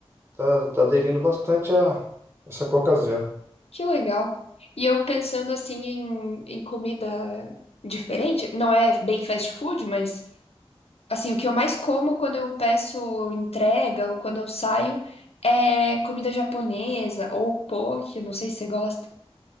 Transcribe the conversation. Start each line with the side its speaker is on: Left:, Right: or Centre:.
Right: tá, tá aderindo bastante a essa Coca Zero.
Left: Que legal. E eu pensando assim em, em comida diferente, não é bem fast food, mas assim, o que eu mais como quando eu peço entrega ou quando eu saio é comida japonesa ou poke, eu não sei se você gosta.